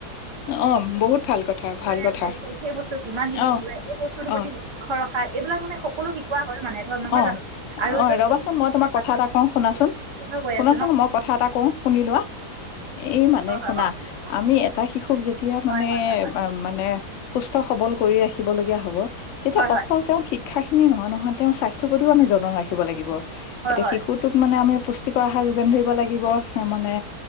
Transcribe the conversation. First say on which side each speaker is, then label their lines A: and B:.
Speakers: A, on the left; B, on the right.
A: অ বহুত ভাল কথা ভাল
B: ই
A: কথা
B: ওলাইছে সেই বস্তু কিমান দিনত
A: অ'
B: ওলাই এইেই বস্তুটোৰ প্ৰতি
A: অ'
B: লক্ষ ৰখা এইবিলাক মানে সকলো শিকোৱা হয় মানে ধৰ নহয়
A: অ
B: জানো আৰু
A: অ
B: য'ত
A: ৰবাচোন
B: ছবি
A: মই তোমাক কথা
B: হাতৰ
A: এটা
B: যিটো
A: কওঁ শুনাচোন
B: কথা কৈ
A: শুনাচোন
B: আছে ন
A: মই কথা এটা কওঁ শুনি লোৱা এই মানে
B: হয় হয়
A: শুনা
B: কওকচোন কওকচোন
A: আমি এটা শিশুক যেতিয়া
B: হয়
A: মানে
B: হয় হয় হয়
A: মানে সুস্থ সবল কৰি ৰাখিব লগীয়া হ'ব তেতিয়া
B: হয়
A: অকল তেওঁ শিক্ষা খিনি নহয় নহয় তেওঁ স্বাস্থ্য প্ৰতিও আমি যতন ৰাখিব লাগিব
B: হয়
A: এতিয়া
B: হয় হয়
A: শিশুটোক মানে আমি পুষ্টিকৰ আহাৰ যোগান ধৰিব লাগিব মানে